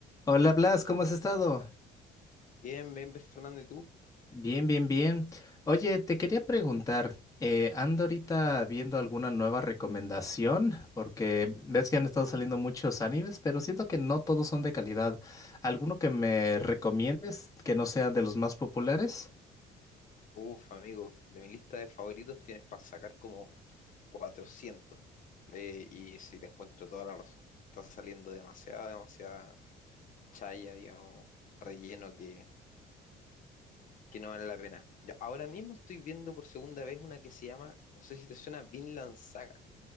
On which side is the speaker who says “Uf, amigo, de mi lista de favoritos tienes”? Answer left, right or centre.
Left